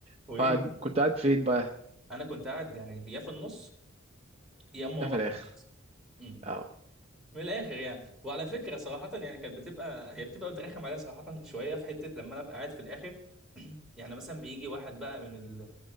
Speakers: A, in the centre; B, on the right (about 30°).
A: وايه
B: فكنت
A: مثلاً؟
B: قاعد فين بقى
A: انا كنت قاعد يعني يا في النص يا اما ورا
B: ده في الاخر
A: خالص أمم.
B: اه
A: من الاخر يعني وعلى فكره صراحه يعني كانت بتبقى هي بتبقى بترخم عليا صراحه شويه في حته لما انا ابقى قاعد في الاخر <clears throat> يعني مثلا بيجي واحد بقى من ال...